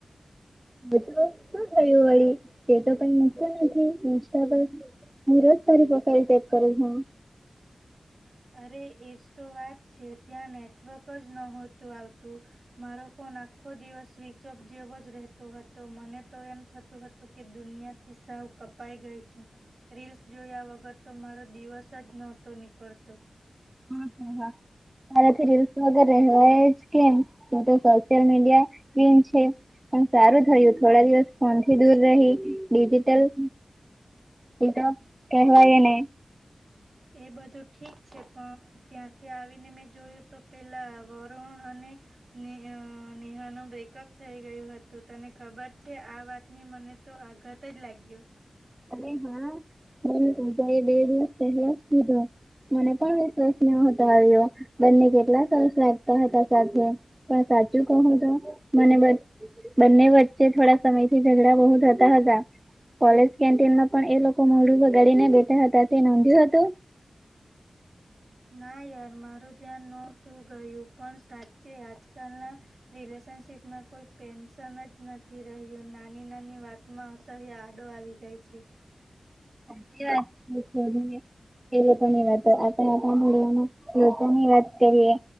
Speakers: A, on the right; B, on the right.
A: હ તો શું થયું વળી તે તો કઈ મૂકતું નથી ઇન્સ્ટા પર હું રોજ તારી પ્રોફાઇલ ચેક કરું છું
B: <inaudible> અરે એજ તો વાત છે ત્યાં નેટવર્ક જ ન હોતું આવતું મારો ફોન આખો દિવસ સ્વિચ ઓફ જેવો જ રહેતો હતો મને તો એમ થતું હતું કે દુનિયા થી સાવ કપાઈ ગઈ છું રીલ્સ જોયા વગર તો મારો દિવસ જ નહોતો નીકળતો તો
A: હમ હ હા તારાથી રીલ્સ વગર રહેવાય જ કેમ તું તો સોશિયલ મીડિયા ક્વીન છે પણ સારું થયું થોડા દિવસ ફોનથી દૂર રહી ડિજિટલ એ તો કેહવાય એને
B: એ બધું ઠીક છે પણ ત્યાંથી આવીને મેં જોયું તો પેલા વરુણ અને ને અ નેહા નું બ્રેકઅપ થઈ ગયું હતું તને ખબર છે આ વાતની મ ને તો આઘાત જ લાગ્યો
A: અને હા મન પૂજા એ બે દિવસ પહેલા જ કીધું હતું મને પણ વિશ્વાસ નહતો આવ્યો બંને કેટલા સરસ લાગતા હતા સાથે પણ સાચું કહું તો મને બ બંને વચ્ચે થોડા સમય થી ઝગડા બહુ થતા હતા કોલેજ કેન્ટીનમાં પણ એ લોકો મોડું બગાડીને બેઠા હતા તે નોંધ્યું હતું.
B: ના યાર મારું ધ્યાન નતું ગયું પણ સાચે આજકાલ ના રિલેશન. શીપમાં કોઈ પેન્શન જ નથી રહ્યું નાની નાની વાતમાં અસહ્ય આડો આવી જાય. છે.
A: <unintelligible> એવ પણ વાત આપણે <unintelligible> વાત કરીએ.